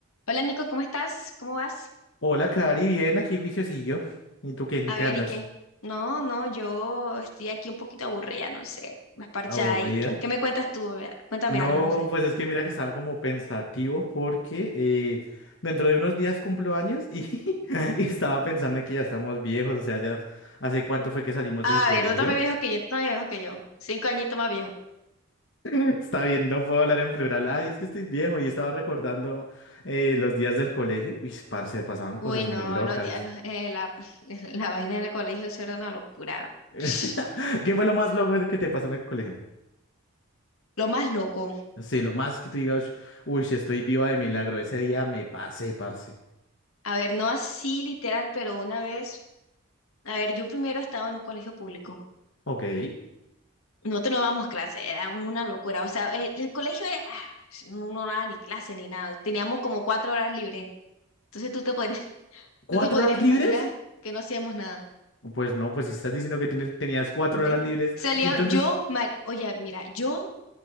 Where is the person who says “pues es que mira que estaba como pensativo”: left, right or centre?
Left